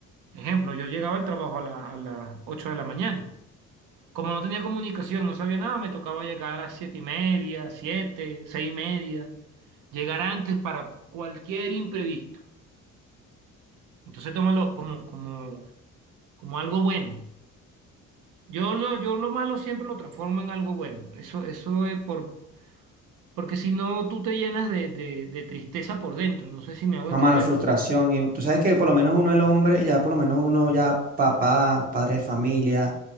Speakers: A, on the right; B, on the right.
A: Ejemplo, yo llegaba al trabajo a, la- a las 8 de la mañana. Como no tenía comunicación, no sabía nada, me tocaba llegar a las 7 y media, 7 6 y media, llegar antes para cualquier imprevisto. Entonces tómalo como, como, como algo bueno. Yo lo, yo lo malo siempre lo transformo en algo bueno. Eso, eso es por, porque si no, tú te llenas de, de, de tristeza por dentro. No sé si me hago
B: No,
A: entender.
B: mano, frustración. Y tú sabes que por lo menos uno el hombre, ya por lo menos uno ya papá, padre de familia,